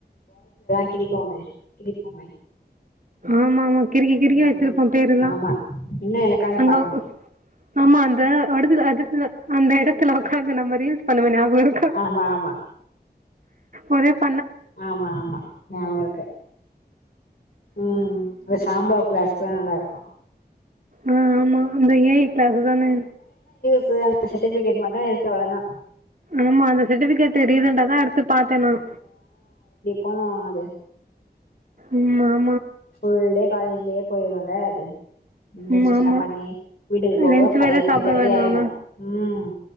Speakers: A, on the left (about 60°); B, on the right (about 50°).
A: <inaudible>
B: ஆமா ஆமாக் கிருக்கி கிரிக்கி
A: ம்
B: வச்சிருப்போம் பேர் எல்லாம்
A: ஆமா இன்னு எனக்கானு
B: அங்கொ
A: பாக்கணு
B: ஆமா அந்த வடுதுல்ல அது இல்ல அந்த இடத்துல ஒக்காந் அது நம்ம ரீல்ஸ் பண்ணுவ ஞாபகம் இருக்க
A: ஆமா ஆமா
B: ஒரேப்
A: ஆமா ஆமா ஞாபக இருக்கு ம் அது சாம்போ கிளாஸ் எல்லா நல்ல இருக்கோம்
B: ஆ ஆமா அந்த ஏஐ கிளாஸ் தானே
A: அது சர்டிபிகட்ட்டு மட்டும் இருக்கு அவ்வளவுதான்
B: ஆமா அந்த சர்ட்டிபிகேட் ரீசன்ட தான் எடுத்து பாத்தேன் நான்
A: பண்ணுவோ அது
B: உம்மா
A: ஃபுல் டேக் காலேஜிலேயே போயிரும்ல அது இந்த
B: ம்
A: சின்னா
B: ஆமா
A: பண்ணி வீட்டுக்கு போக
B: லன்ச்
A: ஃபைவ்
B: வேற
A: ஃபைவ்
B: சாப்பிடுவே
A: தேர்ட்டி ஆயிடும்
B: நானு
A: ம்